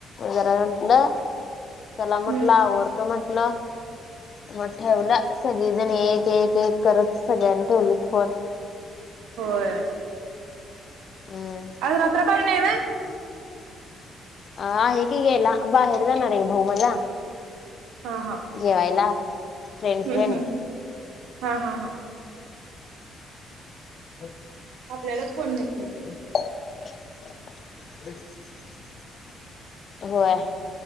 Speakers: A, on the left; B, on the right.
A: जरा म्हटलं त्याला म्हटलं
B: हम्म.
A: आवरतो म्हंटलं मग ठेवलं सगळीजण एक एक एक करत सगळ्यांनी ठेवलेत फोन
B: होय
A: हम्म
B: आज रात पाली नाही व्हय
A: अ आहे की गेला बाहेर जाणार आहे भाऊ मजा.
B: हा हा
A: जेवायला फ्रेंड
B: हम्म
A: फ्रेंड
B: हम्म हम्म. हा हा हा
A: हो
B: आपल्यालाच कोण देत.
A: <unintelligible> होय.